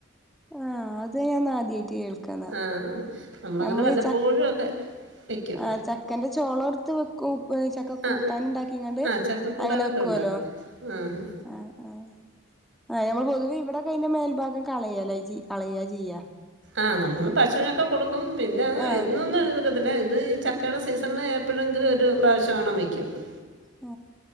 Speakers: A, in the centre; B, on the right (about 75°).
A: ആ അത് ഞാൻ ആദ്യായിട്ട് കേൾക്കാന്ന
B: ആ നമ്മളങ്ങനെ
A: നമ്മൾ
B: വല്ലപ്പോഴും
A: ഈ ചക്ക
B: ഒക്കെ വയ്ക്കും
A: ആഹ ചക്കന്റെ ചോള ത്ത് വെക്കൂ ചക്ക
B: ആ
A: കൂട്ടാന ഉണ്ടാക്കിങ്ങാണ്ട്
B: ആ ചക്കക്കൂട്ടാനൊക്കെ
A: അങ്ങനെ വെക്കുല്ലോ
B: ഉണ്ടാക്കും ആ ഹാ
A: ആഹ ആ ആഹ്ഞമ്മൾ പൊതുവ ഇവിടെ കഴിഞ്ഞ മേൽഭാഗം കളയലെ ചികളയ ചെയ്യ
B: ആ നമ്മൾ പശുവിനൊക്കെ കൊടുക്കും ക്കും പിന്നെ
A: ആഹ്
B: എന്നൊന്ന് ല് ഇത് ഈ ചക്കയുടെ സീസണന് എപ്പോഴെങ്കിലും ഒരു പ്രാവശ്യം കാണ വെക്കും
A: ആ